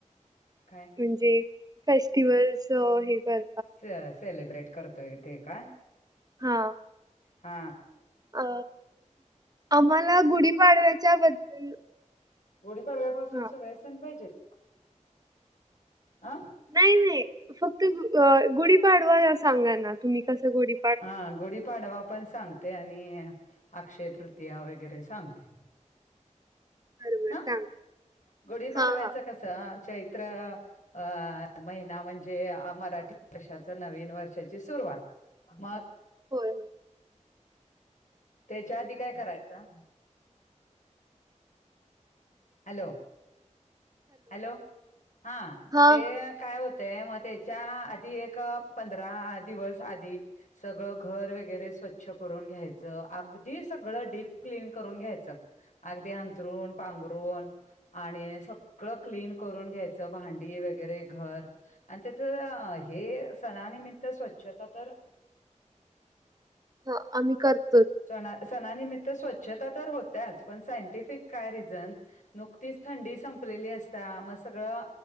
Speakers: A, on the left; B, on the right.
A: काय.
B: म्हणजे फेस्टिवल् हे कर.
A: स सेलिब्रेट करतोय ते का.
B: हा.
A: हा.
B: अ आम्हाला गुढीपाडव्याच्या बद्दल.
A: गुडीपाडव्या पाासून
B: हां
A: सगळे सण पाहिजेत <unintelligible> अं.
B: नाही नाही फक्त गुढीपाडवा सांगा ना तुम्ही कसं गुढी.
A: हा गुढीपाडवा पण सांगते आणि अक्षय तृतीया वगैरे सांगते.
B: बरोबर
A: हा
B: सांगा
A: गुढी पाडवायचं
B: हा हा
A: कसं चैत्र. अ महिना म्हणजे मराठी वर्षाच नवीन वर्षाची सुरुवात. मग.
B: होय हो.
A: त्याच्या आधी काय करायचं. हॅलो हॅलो हा
B: हा
A: ते काय होत. ते मग त्याच्या आधी एक पंधरा दिवस आधी. सगळं घर वगैरे स्वच्छ करून घ्यायचं अगदी सगळं डीप क्लीन करून घ्यायचं. अगदी अंतरुण पांघरूण. आणि सगळं क्लीन करून घ्यायचं भांडी वगैरे घर. आणि त्याथ हे सणानिमित्त स्वच्छता तर
B: ह आम्ही करत
A: सणा सणानिमित्त स्वच्छता तर होत्याच पण सायंटिफिक काय रिझन नुकतीच थंडी संपलेली असता मग सगळं